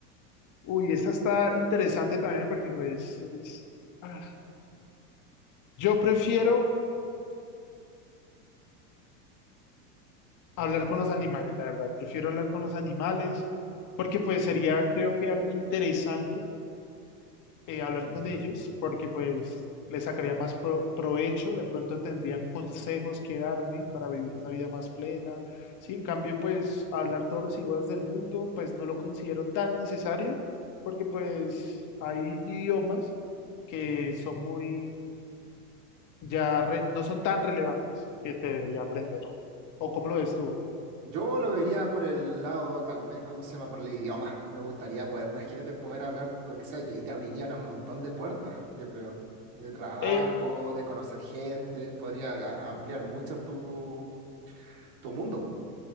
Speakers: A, on the left; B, on the right.
A: Uy, esta está interesante también porque pues... es- ah, yo prefiero Hablar con los animales, la verdad. Prefiero hablar con los animales porque pues sería creo que algo interesante eh, hablar
B: Ujú.
A: con ellos porque pues les sacaría más pro- provecho, de pronto tendrían consejos que darme para vivir una vida más plena. Sí, en cambio pues hablar todos los idiomas del mundo pues no lo considero tan necesario porque pues hay idiomas que son muy ya re- no son tan relevantes que te debería aprender. ¿O cómo lo ves tú?
B: Yo lo vería por el lado, tal vez, ¿cómo se llama? Por el idioma. Me gustaría poder, imagínate poder hablar lo que sea y te, y te abrirían un montón de puertas, yo creo. De trabajo,
A: Eh,
B: de conocer gente, podría a- ampliar mucho tu, tu mundo,